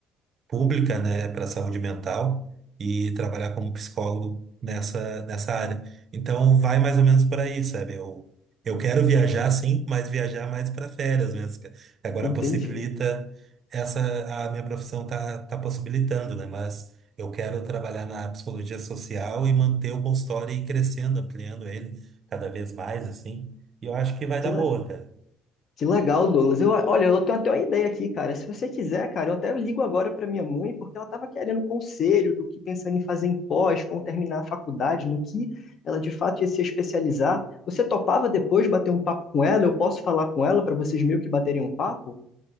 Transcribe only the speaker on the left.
Entendi.
Que, le-
Que legal, Douglas. Eu, olha, eu tenho até uma ideia aqui, cara. Se você quiser, cara, eu até ligo agora para minha mãe, porque ela estava querendo um conselho do que pensando em fazer em pós, como terminar a faculdade, no que ela de fato ia se especializar. Você topava depois bater um papo com ela? Eu posso falar com ela para vocês meio que baterem um papo?